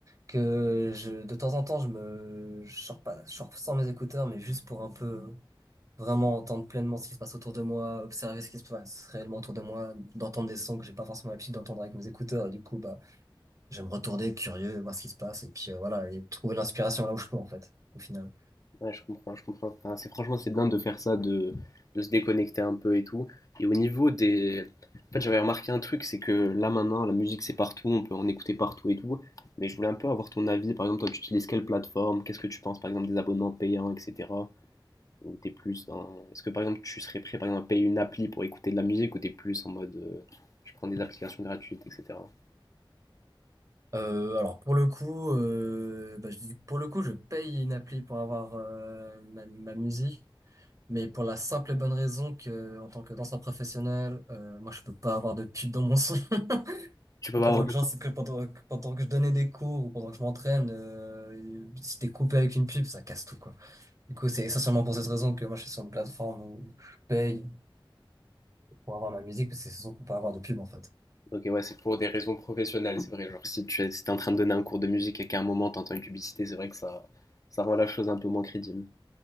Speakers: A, on the right; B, on the left.
A: que je de temps en temps je me je sors pas, je sors sans mes écouteurs, mais juste pour un peu vraiment entendre pleinement ce qui se passe autour de moi, observer ce qui se passe réellement autour de moi, d'entendre des sons que j'ai pas forcément l'habitude d'entendre avec mes écouteurs. Et du coup bah J'aime retourner curieux, voir ce qui se passe, et puis euh, voilà, et trouver l'inspiration là où je peux, en fait, au final.
B: Ouais, je comprends, je comprends. Enfin, c'est franchement, c'est bien de faire ça, de, de se déconnecter un peu et tout. Et au niveau des... En fait, j'avais remarqué un truc, c'est que là maintenant, la musique, c'est partout, on peut en écouter partout et tout. Mais je voulais un peu avoir ton avis. Par exemple, toi, tu utilises quelle plateforme? Qu'est-ce que tu penses, par exemple, des abonnements payants, etc. Ou t'es plus dans... Est-ce que, par exemple, tu serais prêt, par exemple, à payer une appli pour écouter de la musique ou t'es plus en mode, euh, je prends des applications gratuites, etc.
A: Euh, alors, pour le coup, euh, bah, je dis, pour le coup, je paye une appli pour avoir euh, ma, ma musique, mais pour la simple et bonne raison que, en tant que danseur professionnel, euh, moi, je peux pas avoir de pub dans mon son. <laughs>
B: Tu peux pas
A: Pendant
B: avoir
A: que, genre, c'est que pendant, que pendant que je donnais des cours ou pendant que je m'entraîne, euh, si t'es coupé avec une pub, ça casse tout, quoi. Du coup, c'est essentiellement pour cette raison que moi, je suis sur une plateforme où je paye pour avoir ma musique, parce que c'est surtout pour pas avoir de pub, en fait.
B: Ok, ouais, c'est pour des raisons professionnelles, c'est vrai. Genre, si tu es, si t'es en train de donner un cours de musique et qu'à un moment t'entends une publicité, c'est vrai que ça, ça rend la chose un peu moins crédible.